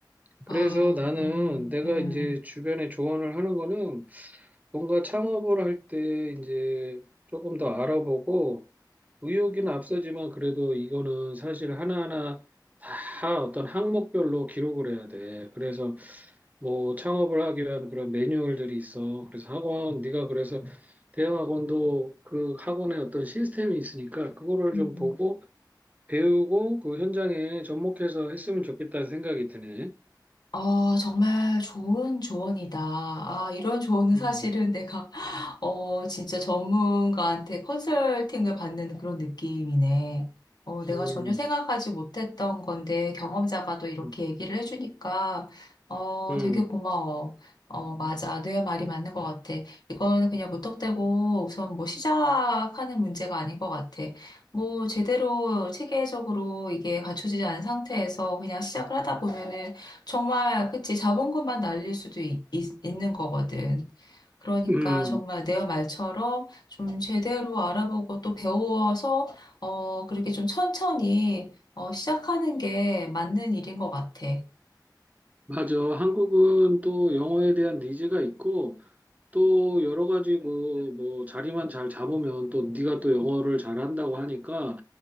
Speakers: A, on the right; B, on the left.
A: 그래서
B: 아,
A: 나는
B: 음,
A: 내가
B: 음,
A: 이제 주변에 조언을 하는 거는 뭔가 창업을 할 때 이제 조금 더 알아보고 의욕은 앞서지만 그래도 이거는 사실 하나하나 다 어떤 항목별로 기록을 해야 돼. 그래서 뭐 창업을 하기 위한 그런 매뉴얼들이 있어. 그래서 학원, 네가 그래서 대형 학원도 그 학원에 어떤 시스템이 있으니까 그거를
B: 음.
A: 좀 보고 배우고 그 현장에 접목해서 했으면 좋겠다는 생각이 드네.
B: 어, 정말 좋은 조언이다. 아, 이런 조언은
A: 음,
B: 사실은 내가 어, 진짜 전문가한테 컨설팅을 받는 그런 느낌이네. 어, 내가
A: 음,
B: 전혀 생각하지 못했던 건데 경험자가 또 이렇게
A: 음,
B: 얘기를 해주니까 어,
A: 음,
B: 되게 고마워. 어, 맞아. 네 말이 맞는 것 같아. 이건 그냥 무턱대고 우선 뭐 시작하는 문제가 아닌 것 같아. 뭐 제대로 체계적으로 이게 갖춰지지 않은 상태에서 그냥 시작을 하다 보면은 정말, 그치, 자본금만 날릴 수도 있, 있- 있는 거거든. 그러니까
A: 음,
B: 정말 내 말처럼 좀 제대로 알아보고 또 배워서 어 그렇게 좀 천천히 어 시작하는 게 맞는 일인 것 같아.
A: 맞아. 한국은 또 영어에 대한 니즈가 있고 또 여러 가지 그뭐 자리만 잘 잡으면 또 네가 또 영어를 잘한다고 하니까